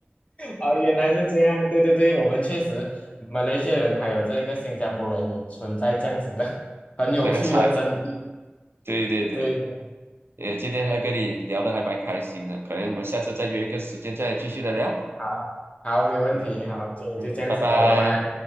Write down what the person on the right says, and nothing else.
那个菜，对对对，
呃，今天还跟你聊的还蛮开心的，可能我们下次再约一个时间再继续的聊。
嗯
嗯，拜拜。